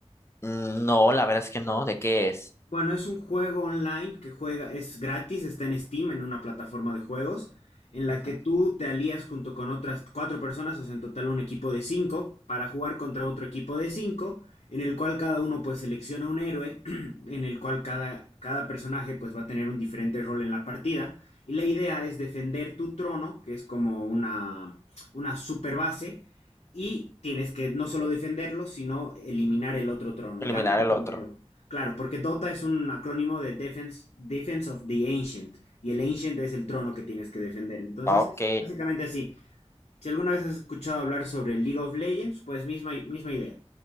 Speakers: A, on the left; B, on the left.
A: Mm, No, la verdad es que no. ¿De qué es?
B: Bueno, es un juego online que juega, es gratis, está en Steam, en una plataforma de juegos, en la
A: Ujú.
B: que tú te alías junto con otras cuatro personas, o sea, en total un equipo de cinco, para jugar contra otro equipo de cinco, en el cual cada uno pues selecciona un héroe, <clears throat> en el cual cada, cada personaje pues va a tener un diferente rol en la partida, y la idea es defender tu trono, que es como una, una super base, y tienes que no solo defenderlo, sino eliminar el otro trono,
A: Eliminar
B: y gana
A: el
B: el primero.
A: otro.
B: Claro, porque Dota es un acrónimo de Defense, Defense of the Ancient, y el Ancient es el trono que tienes que defender. Entonces,
A: Ok.
B: es básicamente así. Si alguna vez has escuchado hablar sobre League of Legends, pues misma, misma idea.